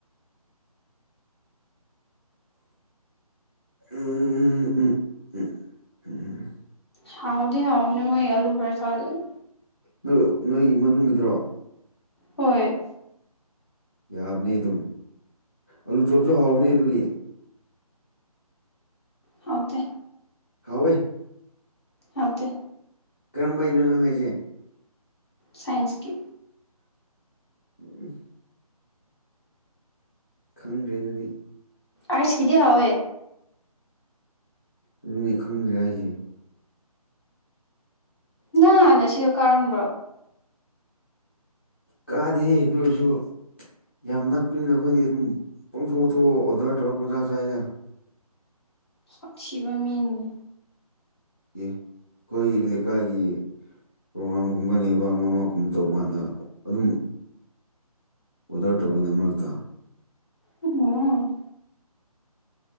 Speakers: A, on the left; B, on the left.
A: ꯎꯝ ꯎꯝ ꯎꯝ ꯎꯝ
B: ꯍꯥꯎꯗꯤ ꯍ ꯑꯅꯤ ꯃꯣꯏ ꯑꯂꯨ ꯄꯔꯁꯦ
A: ꯅꯣꯏ ꯅꯣꯏꯒꯤ ꯃꯅꯨꯡꯒꯤꯗ꯭ꯔꯣ
B: ꯍꯣꯏ
A: ꯌꯥꯕꯅꯤ ꯑꯗꯨꯝ ꯑꯂꯨ ꯆꯣꯞꯁꯨ ꯍꯥꯎꯅꯦ ꯑꯗꯨꯒꯤ
B: ꯍꯧꯗ
A: ꯍꯋꯦ
B: ꯑꯣꯀꯦ
A: ꯀꯔꯝꯕꯩꯅꯣ ꯅꯪ ꯍꯥꯏꯁꯦ
B: ꯁꯥꯏꯟꯁꯀꯤ
A: ꯎꯝ ꯈꯪꯗ꯭ꯔꯦ ꯑꯗꯨꯗꯤ
B: ꯑꯁ ꯀꯗꯤ ꯍꯥꯋꯦ
A: ꯑꯗꯨꯅꯦ ꯈꯪꯗ꯭ꯔꯦ ꯑꯩꯁꯦ
B: ꯅꯪ ꯍꯥꯟꯅ ꯁꯤꯗ ꯀꯥꯔꯝꯕ꯭ꯔꯣ
A: ꯀꯥꯗ ꯑꯗꯨꯁꯨ ꯌꯥꯝ ꯅꯛꯄꯅꯤ ꯅ ꯑꯩꯈꯣꯏꯗꯤ ꯑꯗꯨꯝ ꯄꯪꯊꯣꯛꯊꯣꯛ ꯑꯣꯗꯔ ꯇꯧꯔ ꯄꯖꯥ ꯆꯗ
B: ꯀ ꯁꯤꯕ ꯃꯤꯅꯤ
A: ꯑꯦ ꯑꯩꯈꯣꯏ ꯂꯩꯀꯥꯏꯒꯤ ꯄ꯭ꯔꯣꯒ꯭ꯔꯥꯝꯒꯨꯝꯕ ꯂꯩꯕ ꯑꯃ ꯑꯃꯒꯨꯝꯕ ꯇꯧꯕ ꯀꯥꯟꯗ ꯑꯗꯨꯝ ꯑꯣꯗꯔ ꯇꯧꯕꯒꯤꯗ ꯃꯔꯛꯇ
B: ꯎꯝ